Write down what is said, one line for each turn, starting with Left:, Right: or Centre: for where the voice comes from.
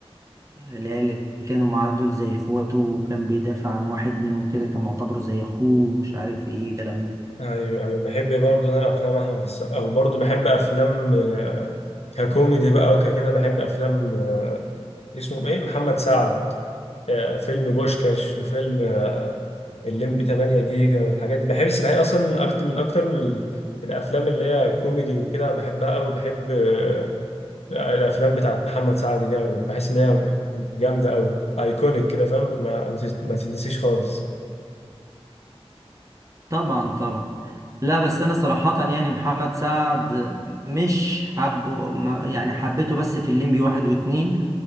Right: العيال اللي كانوا معاه دول زي اخواته وكان بيدافع عن واحد منهم كده كان معتبره زي اخوه ومش عارف ايه الكلام ده
Left: أيوه أيوه بحب برضه أنا أفلام أحمد السقا وبرضه بحب أفلام آه، ككوميدي بقى وككده بحب أفلام آه، اسمه إيه محمد سعد آه، فيلم بوشكاش وفيلم الليمبي 8 جيجا والحاجات دي بحب السباحين اصلا اكتر من اكتر ال- الافلام اللي هي كوميدي وكده بحبها قوي بحب آه، الافلام بتاعت محمد سعد دي قوي بحس ان هي جامده قوي ايكونيك كده فاهم ما, ما تت- ما تتنسيش خالص
Right: طبعا طبعا لا بس انا صراحة يعني محمد سعد مش حبه ما- يعني حبيته بس في الليمبي واحد واتنين